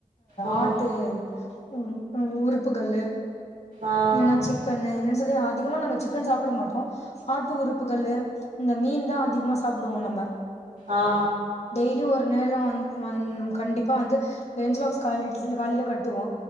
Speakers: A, on the right (about 75°); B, on the left (about 55°).
A: ம்
B: ஆட்டு உம் உ உறுப்புக்கள்
A: ஆ
B: இல்லைன்னா சிக்கன்னு இல் ல்ல அதிகமா நாங்க சிக்கன் சாப்பிட மாட்டோம் ஆட்டு உறுப்புகள்ளு இந்த மீன் தான் அதிகமா சாப் சாப்படுவோம் நம்ப
A: ஆ ஆ
B: டெய்லி ஒரு நேரம் வந்து வந் கண்டிப்பா வந்து லஞ்சு பாக்ஸ் கால் இட்ல காலிலே கட்டுவோ